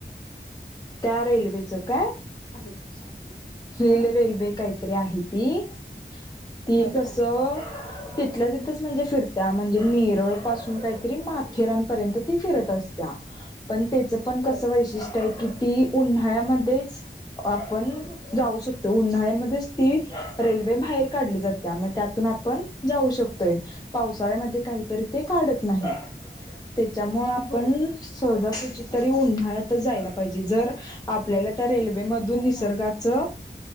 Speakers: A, on the left (about 20°); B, on the left (about 55°).
A: त्या रेल्वेच काय
B: आहे तशा
A: रेल
B: हा
A: रेल्वे काहीतरी आहे ती ती
B: बर
A: कस
B: हा
A: तिथल्या तीथ म्हणजे फिरत्या म्हणजे नेरळ पासून काहीतरी माथेरापर्यंत ती फिरत असत्या पण त्याचं पण कसं
B: बर
A: वैशिष्ट्य
B: हा
A: आहे की ती उन्हाळ्यामध्येच आपण जाऊ शकतो उन्हाळ्यामध्येच ती रेल्वे बाहेर काढली जात मग त्यातून आपण जाऊ शकतोय पावसाळ्यामध्ये काहीतरी ते काढत नाही त्याच्यामुळे आपण
B: बर
A: सहजासहजी तरी उन्हाळ्यात
B: हा
A: जायला पाहिजे जर आपल्याला त्या रेल्वेचा मधून
B: हा
A: निसर्गाच
B: हा हा हा